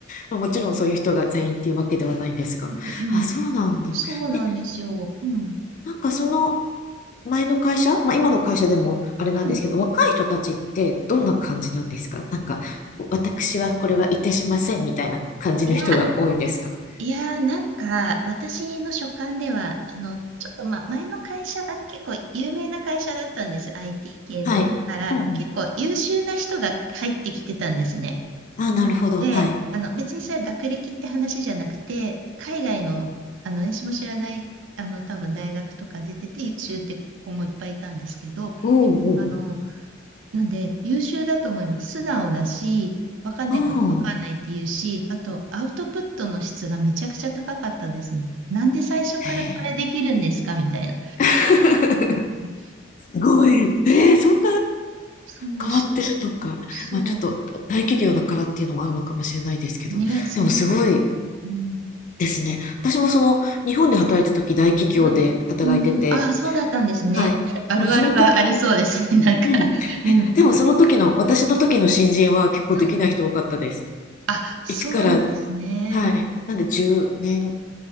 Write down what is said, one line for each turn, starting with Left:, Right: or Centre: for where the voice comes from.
Left: まあもちろんそういう人が全員っていうわけではないんですが。
Right: うんうん。
Left: あ、そうなんだ。
Right: そうなんですよ。
Left: え、
Right: うん。
Left: なんかその、前の会社、まあ、今の会社でもあれなんですけど、
Right: うん。
Left: 若い人たちってどんな感じなんですかなんか、私はこれはいたしませんみたいな感じの人が多いですか
Right: いや、いや、なんか、私の所感では、あの、ちょっと、ま、前の会社が結構有名な会社だったんです、IT 系で。
Left: はい。
Right: から、
Left: うんうん。
Right: 結構優秀な人が入ってきてたんですね。
Left: あなるほど。
Right: で、
Left: はい。
Right: あの、別にそれは学歴って話じゃなくて、海外の、あの、私も知らない、あの、多分大学とか出てて優秀って子もいっぱいいたんですけど、
Left: おうおう
Right: あの、なんで、優秀だと思います。素直だし、わかんないことわかんないって言うし、
Left: おう。あ
Right: あと、アウトプットの質がめちゃくちゃ高かったですね。なんで最初からこれできるんですかみたいな。
Left: あ。へえ <laughs>
Right: うん
Left: すごい。えー、
Right: そ
Left: そんな
Right: そうそう。
Left: 変わってるのか。
Right: そう。
Left: まあ、ちょっと大企業だからっていうのもあるのかもしれないですけど、
Right: ね、それはあるかも。
Left: でもすごい
Right: うん。
Left: ですね。私もその日本で働いた時大企業で働いてて、
Right: うん。うんうん。ああ、そうだったんですね。
Left: はい。
Right: あるあるがありそうですね。
Left: もうその時
Right: なんか。
Left: うん。
Right: <laughs> うん。
Left: え、でもその時の、私の時の新人は結構できない人多かったです。
Right: うん。あ、そうなんですね。
Left: 一から、はい。なんで10年